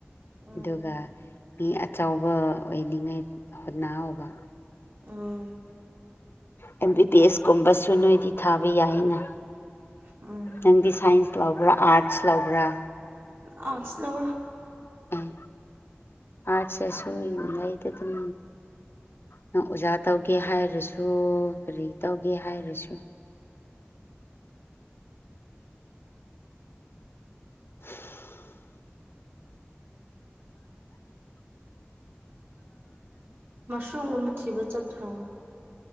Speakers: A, on the right; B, on the left.
A: ꯎꯝ
B: ꯑꯗꯨꯒ ꯃꯤ ꯑꯆꯧꯕ ꯑꯣꯏꯅꯤꯉꯩ ꯍꯣꯠꯅꯧꯑꯣꯕ
A: ꯎꯝ
B: ꯑꯦꯝ ꯕꯤ ꯕꯤ ꯑꯦꯁ ꯀꯨꯝꯕꯁꯨ ꯅꯣꯏꯗꯤ ꯊꯥꯕ ꯌꯥꯏꯅ
A: ꯎꯝ
B: ꯅꯪꯗꯤ ꯁꯥꯏꯟꯁ ꯂꯧꯕ꯭ꯔꯥ ꯑꯥꯔꯠꯁ ꯂꯧꯕ꯭ꯔꯥ
A: ꯑꯥꯔꯠꯁ ꯂꯧꯑꯦ
B: ꯑꯝ ꯑꯔꯁꯁꯨ ꯂꯩꯗ ꯗꯨꯝ ꯅꯪ ꯑꯣꯖꯥ ꯇꯧꯒꯦ ꯍꯥꯏꯔꯁꯨ ꯀꯔꯤ ꯇꯧꯒꯦ ꯍꯥꯏꯔꯁꯨ <inaudible>
A: ꯃꯁꯔꯨꯝꯒꯨꯝꯕ ꯊꯤꯕ ꯆꯠꯇ꯭ꯔꯣ